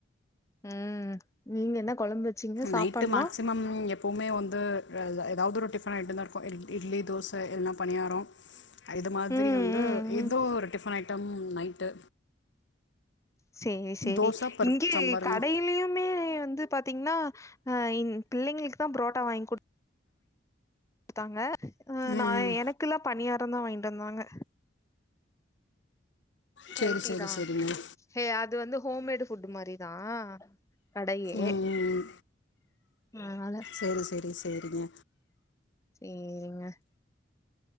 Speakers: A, on the left; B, on the left.
A: ம் நீங்க என்ன கொழம்பு வச்சீங்க சாப்பாடுலா
B: நைட்டு மேக்சிமம் எப்போமே வந்து ரே ஏதாது ஒரு டிஃபன் ஐட்டம் தா இருக் கு இட்லி தோச இல்லனா பணியார இது மாதிரி
A: ம்
B: வந்து
A: ம் ம்
B: ஏதோ ஒரு டிஃபன் ஐட்டம் நைட்டு
A: சேரி சேரி
B: தோசை பருப்பு
A: இங்கே
B: சாம்பாருங்க
A: கடையிலுமே வந்து பாத்தீங்கன்னா ஆ இங் பிள்ளைங்களுக்கு தா புரோட்டா வாங்கி குடுத் த்தாங்க அஹ் நா
B: ம்
A: எனக்கெல்லா பணியாரோ தா வாங்கிட்டு வந்தாங்க
B: சேரி
A: ஹெல்தி
B: சேரி
A: தா
B: சேரிங்க
A: ஹே அது வந்து ஹோம்மேடு ஃபுட் மாரி தா கடையே
B: ம்
A: அதுனால
B: சேரி சேரி சேரிங்க
A: சேரிங்க